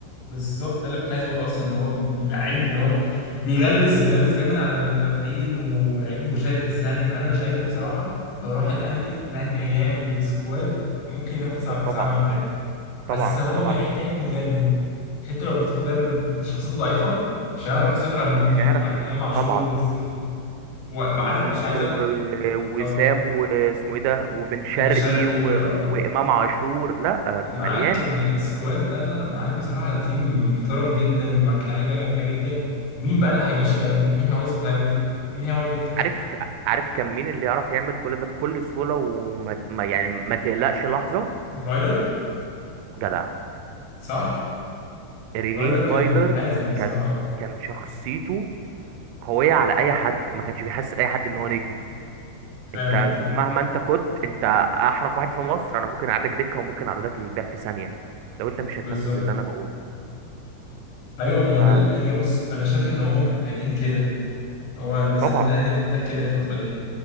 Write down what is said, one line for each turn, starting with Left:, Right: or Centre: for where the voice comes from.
Left: بالظبط ده اللي كنت عايز اقوله اصلا اللي هو لعيب اللي هو بيغلس بيغلس جامد على المدافعين ولعيب مشاكس يعني فانا مش شايفه بصراحه لو راح الاهلي الاهلي هيعمل سكواد ممكن ينافس على
Right: ط-
Left: كاس
Right: طبعا
Left: عالم انديه بس
Right: طبعا
Left: هو
Right: طبعا
Left: محتاج مدرب عشان انت لو اديت مدرب شخصيته ضعيفه مش هيعرف يسيطر على النجوم
Right: مش
Left: دي
Right: هيعرف
Left: انت معاك امام عاشور
Right: طبعا
Left: والزيزو وعارف
Right: وزيزو
Left: مش عايز
Right: و-
Left: أن- اه
Right: وسام واسمه ايه ده وبن شرقي
Left: بن شرقي
Right: و...
Left: اه
Right: وامام عاشور لا
Left: معاك
Right: مليانه
Left: كم سكواد لا لا لا معاك بصراحة تيم محترم جدا ومعاك لعيبة جامدة جدا مين بقى اللي هيمشي اللعبة دي مين هيوظف اللعبة دي مين هيقعد دكة
Right: عارف عارف كان مين اللي يعرف يعمل كل ده بكل سهوله وما ما- يعني ما تقلقش لحظه
Left: فايلر
Right: جدع
Left: صح
Right: رينيه
Left: فايلر
Right: فايلر
Left: كان حازم بصراحة
Right: كانت
Left: اه
Right: كان شخصيته قويه على اي حد ما كانش بيحسس اي حد ان هو نجم
Left: فعلا
Right: انت
Left: اه
Right: شوف مهما انت كنت انت احرف واحد في مصر انا ممكن اعدك دكه وممكن اعرضك للبيع في ثانيه لو انت مش
Left: بالظبط
Right: هتنفذ اللي انا بقوله
Left: ايوه ما هو
Right: ف
Left: ده ال- هي بص انا شايف ان هو محتاجين كده هو مثلا
Right: طبعا
Left: النادي الاهلي محتاج كده الفترة دي